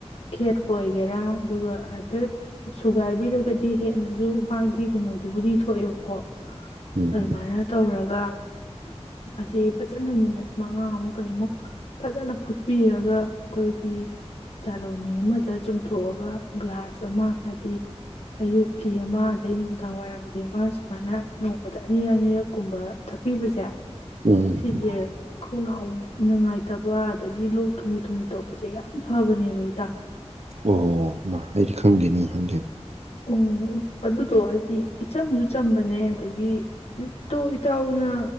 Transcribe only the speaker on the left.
ꯈꯦꯠꯄ ꯑꯣꯏꯒꯦꯔꯥ ꯑꯗꯨꯒ ꯍꯥꯏꯐꯦꯠ ꯁꯨꯒꯥꯏꯕꯤꯔꯒꯗꯤ ꯍꯦꯟꯅꯁꯨ ꯃꯥꯒꯤ ꯀꯩꯅꯣꯗꯨꯕꯨꯗꯤ ꯊꯣꯛꯑꯦꯕꯀꯣ
ꯑꯗꯨꯃꯥꯏꯅ ꯇꯧꯔꯒ ꯑꯁꯤ ꯐꯖꯅ ꯃꯤꯅꯠ ꯃꯉꯥꯃꯨꯛ ꯀꯩꯃꯨꯛ ꯐꯖꯅ ꯐꯨꯠꯄꯤꯔꯒ ꯑꯩꯈꯣꯏꯒꯤ ꯆꯥꯂꯣꯅꯤ ꯑꯃꯗ ꯆꯨꯝꯊꯣꯛꯑꯒ ꯒ꯭ꯂꯥꯁ ꯑꯃ ꯍꯥꯏꯗꯤ ꯑꯌꯨꯛꯀꯤ ꯑꯃ ꯑꯗꯩ ꯅꯨꯡꯗꯥꯡ ꯋꯥꯏꯔꯝ ꯕꯤ ꯑꯃ ꯁꯨꯃꯥꯏꯅ ꯅꯣꯡꯃꯗ ꯑꯅꯤꯔꯛ ꯑꯅꯤꯔꯛ ꯀꯨꯝꯕ ꯊꯛꯄꯤꯕꯁꯦ
ꯁꯤꯖꯦ ꯀꯅꯥꯎ ꯅꯨꯡꯉꯥꯏꯇꯕ ꯑꯗꯒꯤ ꯂꯣꯛ ꯊꯨꯡꯅꯤꯡ ꯊꯨꯡꯅꯤꯡ ꯇꯧꯕꯁꯦ ꯌꯥꯝ ꯐꯕꯅꯦꯕ ꯏꯇꯥ
ꯑꯣ ꯑꯗꯨꯗꯣ ꯍꯥꯏꯗꯤ ꯏꯆꯝꯁꯨ ꯆꯝꯕꯅꯦ ꯑꯗꯒꯤ ꯏꯇꯣ ꯏꯇꯥꯎꯅ